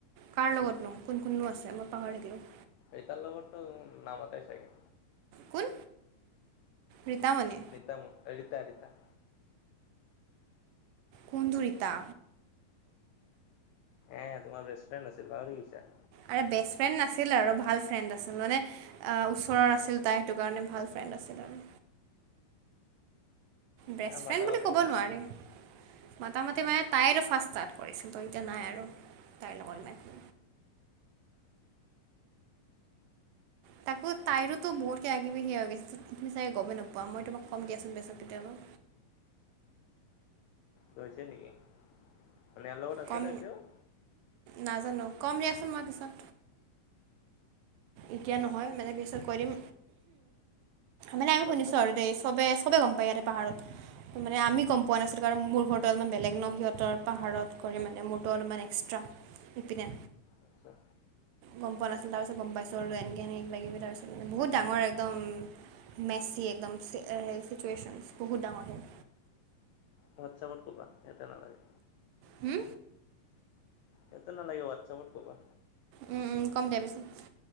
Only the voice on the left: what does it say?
এই তাৰ লগত টো নামতেই চাগে।
ৰিতামনি, ৰিতা ৰিতা।
এ তোমাৰ বেট ফ্ৰেন্ড আছিল, পাহৰি গৈছা?
এ মাতা
মাতি
নাই
গৈ নেকি, মানে ইয়াৰ লগত আছে
নে এতিয়াওঁ?
হোৱাটছআপত
আচ্ছা।
হোৱাটছআপত ক'বা, ইয়াতে নালাগে।
ইয়াতে নালাগে হোৱাটছাপত' কবা।